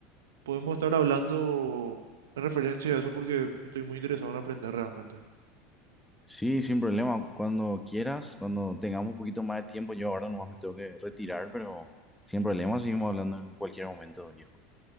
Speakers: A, on the right; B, in the centre.
A: Podemos estar hablando en referencia a eso porque estoy muy interesado en aprender realmente.
B: Sí, sin problema. Cuando quieras, cuando tengamos un poquito más de tiempo, yo ahora nomás me tengo que retirar, pero sin problema, seguimos hablando en cualquier momento, viejo.